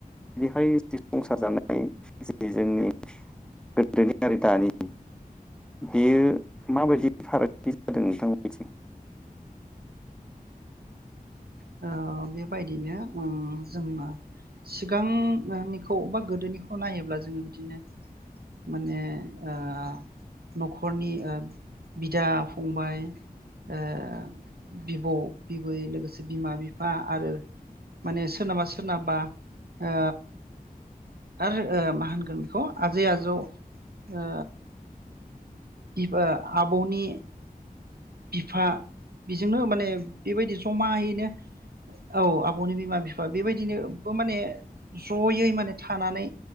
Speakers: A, in the centre; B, on the right.
A: बेहाय संसार जानाय जि जोंनि गोदोनि आरो दानि बेयो माबायदि फारागथि जादों नोंथांमोननिथिं?
B: औ ओ बेबायदिनो उम्म जोंङो सिगांनिखौ बा गोदोनिखौ नायोब्ला जोंङो बिदिनो माने ओ न'खरनि ओ बिदा फंबाय ओ बिब' बिबै लोगोसे बिमा बिफा आरो माने सोरनाबा सोरनाबा ओ आरो मा होनगोन बेखौ आजै आजौ ओ बिबो आबौनि बिफा जोंनो माने बेबायदि जमायैनो औ आब'नि बिमा बिफा बेबायदिनोबो माने जयै माने थानानै